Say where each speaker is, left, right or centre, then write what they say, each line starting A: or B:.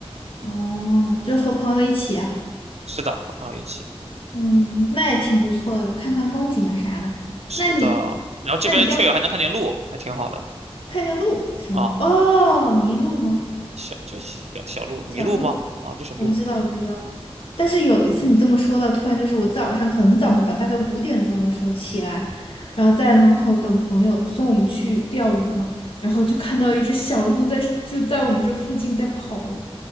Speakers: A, on the left (about 55°); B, on the right (about 85°).
A: 哦，就和朋友一起啊。
B: 是的，和朋友一起。
A: 嗯，那也挺不错的，看看风景啊啥的。
B: 是的，
A: 那你，
B: 然后这边
A: 那你钓
B: trail 还能看见鹿，还挺好的。
A: 看见鹿什么？
B: 啊，
A: 哦，麋鹿吗？
B: 小就小小鹿、麋鹿吗？
A: 小鹿？
B: 啊，就是鹿。
A: 我不知道，我不知道。但是有一次你这么说到，突然就是我早上很早很早，大概五点钟的时候起来，然后在门口等朋友送我们去钓鱼嘛，然后就看到一只小鹿在就在我们这附近在跑。